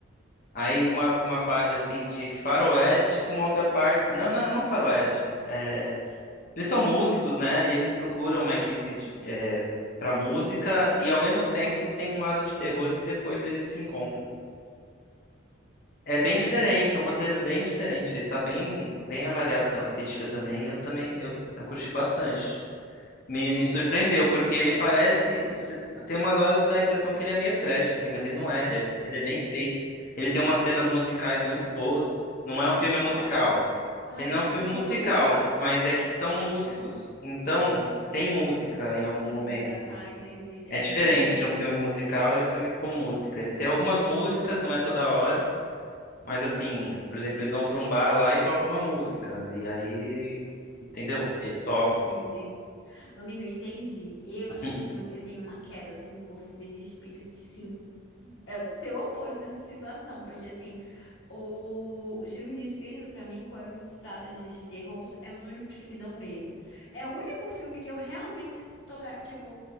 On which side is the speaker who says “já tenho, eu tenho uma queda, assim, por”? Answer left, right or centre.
Left